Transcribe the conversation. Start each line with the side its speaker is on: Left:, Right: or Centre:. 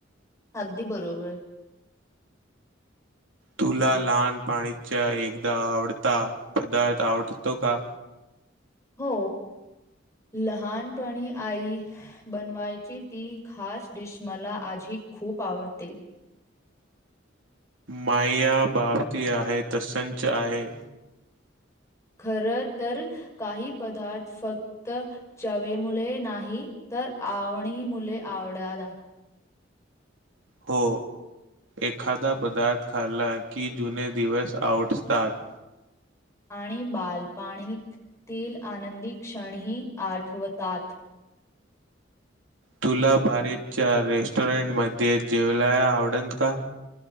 Left: अगदी बरोबर
Right: तुला लहान पाणीच्या एकदा आवडता पदार्थ आवडतो का
Left: हो लहानपणी आई बनवायची ती खास डिश मला आजी खूप आवडते
Right: माया बापती आहे तर संच आहे
Left: खरं तर काही पदार्थ फक्त चवे मुले नाही तर आवणी मुले आवडतात
Right: हो एखादा पदार्थ खाल्ला की जुने दिवस आवटतात
Left: आणि बाल पाणीतील आनंदी क्षणही आठवतात
Right: तुला बारतच्या रेस्टॉरंट मध्ये जेवलाला आवडल का